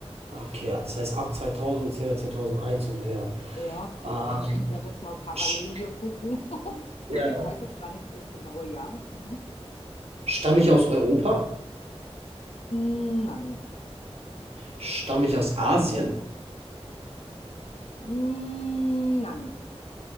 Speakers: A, on the right; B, on the left.
A: Okay, das heißt ab 2000, bzw. zweitausendeins und höher.
B: ja.
A: Ähm,
B: Ich, we- ich werde jetzt mal parallel
A: sch-
B: hier gucken. <laughs>
A: ja.
B: ob- Ich weiß jetzt gar nicht das genaue Jahr. Mhm.
A: Stamme ich aus Europa?
B: Mm, Nein.
A: Stamme ich aus Asien?
B: Mm, Nein.